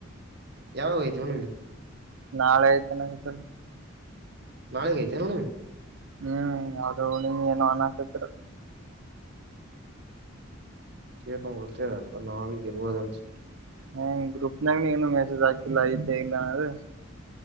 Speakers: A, on the right; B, on the right.
A: ಯಾವಾಗ ಐತಿ ಹುಣ್ಣಿಮೆ
B: ನಾಳೆ ಐತೆ ನಂಗ
A: ನಾಳೆ ಐತೆಯೋ ನಿನಗೆ
B: ಹ್ಮ್ ಅದು ನಿಂಗ ಏನೋ ಅನ್ನಕಾತಿದ್ರು
A: ೇರ್ ನ್ ಗೊತ್ತೇವ ಅಪ್ಪ ನಾಳೆಗ್ ಇರ್ಬೋದನ್ಸ
B: ಹ ಗ್ರೂಪ್ನಾಗನ ಏನು ಮೆಸೇಜ್ ಹಾಕಿಲ್ಲ ಐತೆ ಇಲ್ಲ ಅ್ರೆ